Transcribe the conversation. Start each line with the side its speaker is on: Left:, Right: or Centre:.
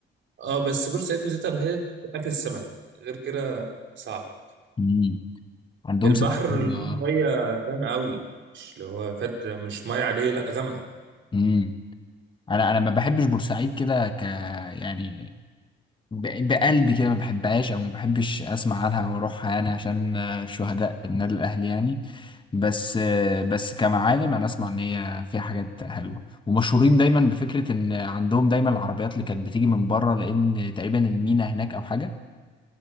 Right: اه بس بورسعيد ميزتها الوحيده اكل السمك غير كده صعب
Left: مم. عندهم
Right: البحر
Left: سمك حلو اه
Right: الميه غامقه قوي مش اللي هو فرد مش ميه عاديه لا غامقه
Left: مم. أنا أنا ما بحبش بورسعيد كده ك يعني ب- بقلبي كده ما بحبهاش أو ما بحبش أسمع عنها أو أروحها يعني عشان آه، شهداء النادي الأهلي يعني بس آه، بس كمعالم أنا أسمع إن هي فيها حاجات حلوة ومشهورين دايما بفكرة إن عندهم دايما العربيات اللي كانت بتيجي من بره لأن تقريبا المينا هناك أو حاجة